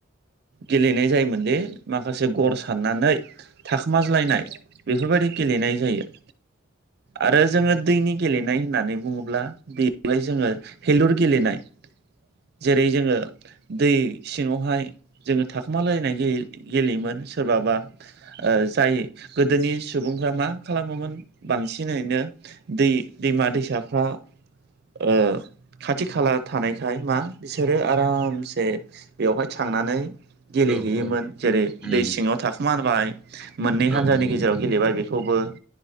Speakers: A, on the right; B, in the centre.
A: गेलेनाय जायोमोनदि माखासे गर साननानै। थाखोमाज्लायनाय बेफोरबायदि गेलेनाय जायो। आरो जोङो दैनि गेलेनाय होननानै बुङोब्ला बेलाय जोङो हेलुर गेलेनाय जेरै जोङो दै सिङावहाय जोङो थाखोमालायनाय गेलेयोमोन सोरबाबा जाय गोदोनि सुबुंफ्रा मा खालामोमोन बांसिनैनो दै दैमा दैसाफ्रा ओ खाथि खाला थानायखाय मा बिसोरो आरामसे बेवहाय थांनानै गेलेहैयोमोन
B: औ औ
A: जेरै
B: उम
A: दै सिङाव थाखोमारबाय। मोननै
B: औ
A: हानजानि
B: नंगौ
A: गेजेराव
B: नोंथां
A: गेलेबाय बेखौबो।